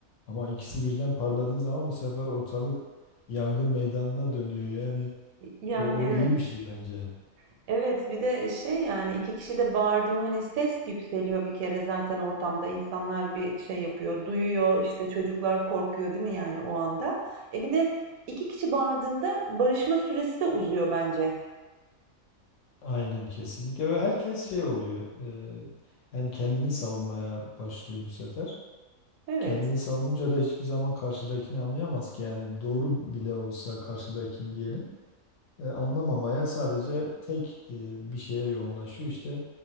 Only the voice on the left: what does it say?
Ama ikisi birden parladığı zaman bu sefer ortalık yangın meydanına dönüyor. Yani
o,
o iyi bir şey bence.
Aynen kesinlikle ve herkes şey oluyor. e, yani kendini savunmaya başlıyor bu sefer.
Kendini savununca da hiçbir zaman karşıdakini anlayamaz ki. Yani doğru bile olsa karşıdakini diyelim. e, anlamamaya sadece tek e, bir şeye yoğunlaşıyor. İşte